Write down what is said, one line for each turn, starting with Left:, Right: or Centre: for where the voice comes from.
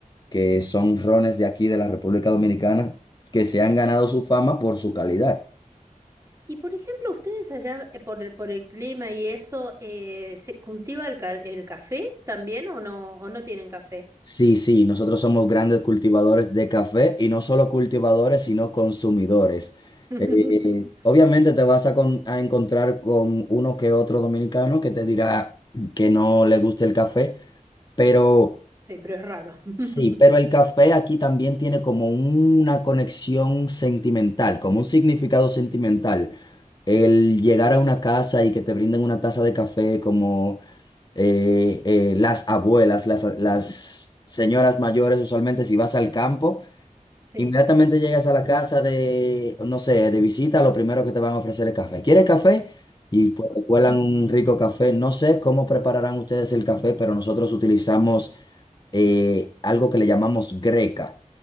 Left: que son rones de aquí de la República Dominicana, que se han ganado su fama por su calidad.
Right: Y por ejemplo, ustedes allá eh, por el, por el clima y eso, eh, ¿se cultiva el, ca- el café también o no, o no tienen café?
Left: Sí, sí, nosotros somos grandes cultivadores de café y no solo cultivadores, sino consumidores.
Right: <laughs>
Left: Eh, obviamente te vas a, con- a encontrar con uno que otro dominicano que te dirá que no le gusta el café, pero...
Right: Sí, pero es raro. <laughs>
Left: Sí, pero el café aquí también tiene como una conexión sentimental, como un significado sentimental. El llegar a una casa y que te brinden una taza de café como eh, eh, las abuelas, las, las señoras mayores, usualmente si vas al campo,
Right: Sí,
Left: inmediatamente llegas a la casa de, no sé, de visita, lo primero que te van a ofrecer es café. ¿Quieres café? Y pues te cuelan un rico café. No sé cómo prepararán ustedes el café, pero nosotros utilizamos eh, algo que le llamamos greca.